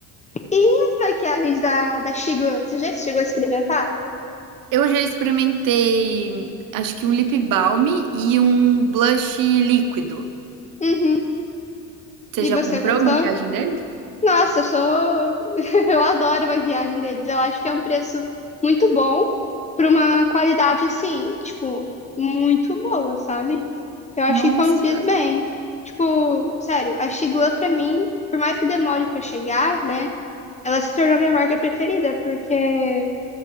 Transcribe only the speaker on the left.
E as maquiagens da, da Shigula? Você já chegou a experimentar?
Uhum.
E
você
gostou?
Nossa, eu sou. <laughs> Eu adoro a maquiagem deles. Eu acho que é um preço muito bom para uma qualidade assim, tipo, muito boa, sabe? Eu acho
que condiz bem. Tipo, sério, a Sigla pra mim, por mais que demore pra chegar, né? Ela se tornou minha marca preferida, porque